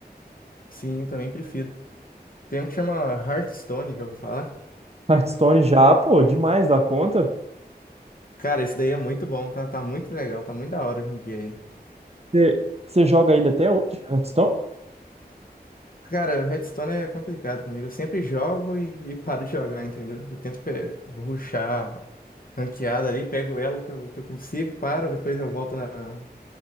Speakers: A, on the left; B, on the right.
A: Sim, eu também prefiro. Tem um que chama Hearthstone, já ouviu falar?
B: Hearthstone já, pô, demais da conta.
A: Cara, esse daí é muito bom, tá? Tá muito legal, tá muito da hora hoje em dia.
B: Você você joga ele até hoje, Hearthstone?
A: Cara, o Hearthstone é complicado comigo. Eu sempre jogo e, e paro de jogar, entendeu? Eu tento pe- rushar ranqueada ali, pego o elo que eu, que eu consigo, paro, depois eu volto na,